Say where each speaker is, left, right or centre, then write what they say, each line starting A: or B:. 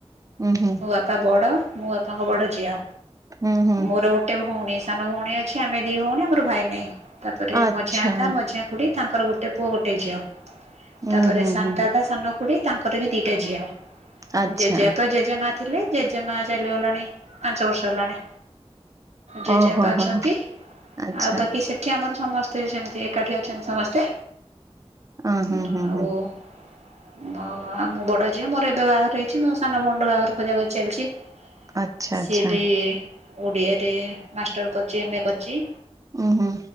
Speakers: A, on the right (about 30°); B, on the right (about 85°).
A: ଉଁ ହୁଁ।
B: ମୋ ବାପା ବଡ ମୁଁ ତାଙ୍କ ବଡ ଝିଅ
A: ହୁଁ ହୁଁ।
B: ମୋର ଗୋ ଗୋଟେ ଭଉଣୀ ସାନ ଭଉଣୀ ଅଛି ଆମେ ଦି ଭଉଣୀ ଆମର ଭାଇ ନାଇଁ ତାପରେ
A: ଆଚ୍ଛା
B: ମଝିଆ ଦାଦା ମଝି <unintelligible> ଖୁଡି ତାଙ୍କର ଗୋଟେ ପୁଅ ଗୋଟେ ଝିଅ
A: ହୁଁ
B: ତାପରେ
A: ହୁଁ
B: ସାନ
A: ହୁଁ
B: ଦାଦା ସାନ ଖୁଡି ତାଙ୍କର ବି ଦିଟା ଝିଅ
A: ଆଚ୍ଛା
B: ଜେଜେ ବାପା ଜେଜେମା। ଥିଲେ ଜେଜେମା ଚାଲିଗଲାଣି ପାଞ୍ଚ ବର୍ଷ ହେଲାଣି। ଜେଜେ
A: ଓହୋ
B: ବାପା ଅଛନ୍ତି
A: ହୋ ହୋ ଆଚ୍ଛା।
B: ଆଉ ବାକି ସେ ଠି ଆମର ସମସ୍ତେ ସେମିତି ଏକାଠି ଅଛନ୍ତି ସମସ୍ତେ।
A: ଓ ହୁଁ
B: ଉଁ
A: ହୁଁ
B: ଆଉ।
A: ହୁଁ
B: ଉଁ ଆଉ ଆ ମୁଁ ବଡ ଝିଅ ମୋର ଏବେ ବାହାଘର ହେଇଛି ମୋ ସାନ ଭଉଣୀର ବାହାଘର ଖୋଜାଖୋଜି ଚାଲିଛି।
A: ଆଚ୍ଛା
B: ସିଏ
A: ଆଚ୍ଛା
B: ବି ଓଡ଼ିଆରେ ମାଷ୍ଟର କରିଛି ଏମ ଏ କରିଛି।
A: ଉଁ ହୁଁ।